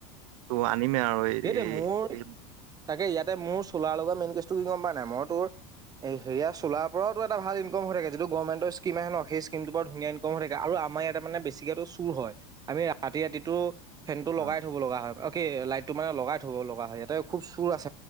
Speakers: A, on the right (about 70°); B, on the right (about 20°).
A: ত আনিমে আৰু এই
B: সেইটোৱে মোৰ তাকে ইয়াতে মোৰ চোলাৰ লগৰ মেইন কেছটো কি গম পোৱা নাই মই তোৰ এই হেয়া চোলাৰ পৰাওো এটা ভাল ইনকম হৈ থাক যটো গৰ্মেটৰ স্কম আহে ন সেই স্কমটোৰ পৰা ধুন ইনকম হৈ থাকে আৰু। আমাৰ ইয়াতে মানে বেছিকো চুৰ হয় আমি ৰাতি - ৰাতিটো ফেন টো লগাই
A: অ
B: থ'ব লগা হয় অ, কি লাইট টো মানে লগাই থ'ব লগা হয় ইয়াতে খুব চুৰ আছে।